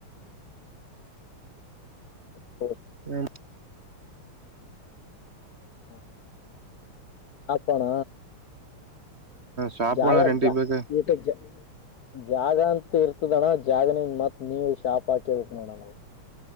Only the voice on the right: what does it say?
ಹೆಲ್ಪ್
ಶಾಪ್ಗಳ
ರೆಂಟಿಗೆ ಬೇಕ